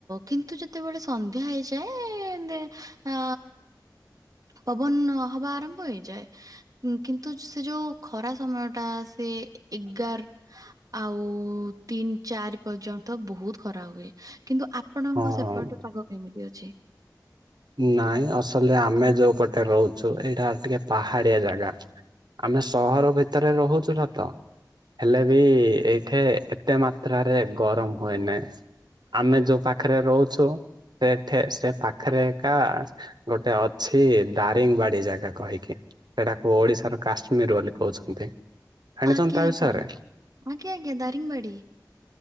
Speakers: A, on the right; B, on the right.
A: କିନ୍ତୁ ଯେତେବେଳେ ସନ୍ଧ୍ୟା ହେଇଯାଏ। ଅ ପବନ ହବା ଆରମ୍ଭ ହେଇଯାଏ। ଉଁ, କିନ୍ତୁ ସେ ଯୋଉ ଖରା ସମୟଟା ସେ ଏଗାର ଆଉ ତିନ୍ ଚାରି ପର୍ଯ୍ୟନ୍ତ ବହୁତ ଖରା ହୁଏ। କିନ୍ତୁ ଆପଣଙ୍କ
B: ହଁ
A: ସେପଟେ ପାଗ ସେମିତି ଅଛି।
B: ନାଇଁ ଅସଲରେ ଆମେ ଯୋଉ ପଟେ ରହୁଛୁ। ଏଇଟା ଟିକେ ପାହାଡିଆ ଜାଗା। ଆମେ ସହର ଭିତରେ ରହୁଛୁ ସତ। ହେଲେ ବି ଏଇଠି ଏତେ ମାତ୍ରାରେ ଗରମ ହୁଏନି। ଆମେ ଯୋଉ ପାଖରେ ରହୁଛୁ। ସେଠେ ସେ ପାଖେରେ କା ଗୋଟେ ଅଛି ଦାରିଙ୍ଗବାଡି ଜାଗା କହିକି। ସେଇଟାକୁ ଓଡିଶାର କାଶ୍ମୀର ବୋଲି କହୁଛନ୍ତି। ଜାଣିଛନ୍ତି
A: ଆଜ୍ଞା
B: ତା
A: ଆଜ୍ଞା
B: ବିଷୟରେ?
A: ଆଜ୍ଞା ଆଜ୍ଞା ଦାରିଙ୍ଗବାଡି।